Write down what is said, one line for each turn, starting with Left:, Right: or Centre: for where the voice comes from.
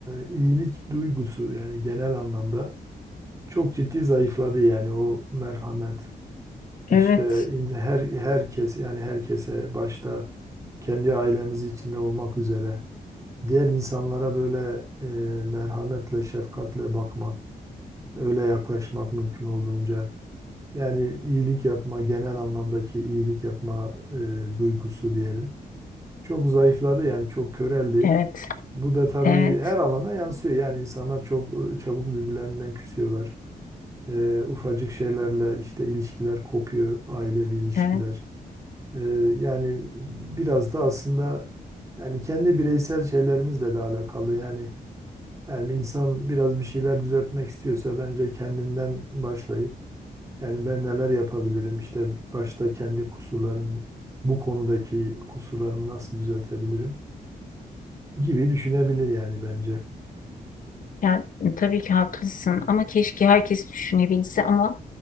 Right: iyilik duygusu yani genel anlamda çok ciddi zayıfladı yani o merhamet. İşte
Left: e, evet,
Right: in- her herkes yani herkese başta kendi ailemiz içinde olmak üzere diğer insanlara böyle e, merhametle, şefkatle bakmak, öyle yaklaşmak mümkün olduğunca yani iyilik yapma, genel anlamdaki iyilik yapma e, duygusu diyelim. Çok zayıfladı yani çok köreldi.
Left: evet,
Right: Bu da tabii
Left: evet,
Right: her alana yansıyor. Yani insanlar çok e, çabuk birbirlerinden küsüyorlar. E, ufacık şeylerle işte ilişkiler kopuyor, ailevi ilişkiler.
Left: evet.
Right: Ee, yani biraz da aslında yani kendi bireysel şeylerimizle de alakalı. Yani, yani insan biraz bir şeyler düzeltmek istiyorsa bence kendinden başlayıp yani ben neler yapabilirim işte başta kendi kusurlarım bu konudaki kusurlarımı nasıl düzeltebilirim gibi düşünebilir yani bence.
Left: Yani tabii ki haklısın ama keşke herkes düşünebilse ama